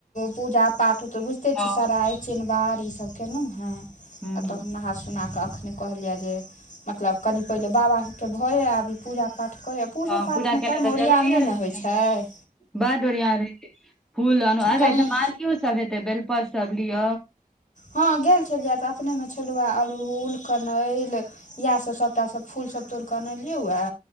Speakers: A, on the left (about 55°); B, in the centre.
A: पूजा पाठ ओते बुझ
B: छै
A: ते छी
B: हँ
A: सराइ चिनबार ईसभ केलहुँ हेँ
B: हूँ
A: आ तहन नहा सुोना कऽ अखन नहि कहलियै जे मतलब कनि पहिले बाबा के भऽ अभी पूजा पाठ करै पूजो
B: हँ
A: पाठमे
B: पूजा केनाइ
A: कम
B: तऽ
A: ओरियान
B: जरूरिये
A: नहि
B: रहै
A: ने होइ
B: छै
A: छैय।
B: बड ओरियान रह छैय फूल आनू आ
A: कनि
B: मालियो सब हेतै बेलपत सब लिय
A: हँ गेल छलियै तऽ अपनेमे छलव अड़हुल कनैल इएहसभ सभटा सभ फूल सब तोड़िके अनलियै वए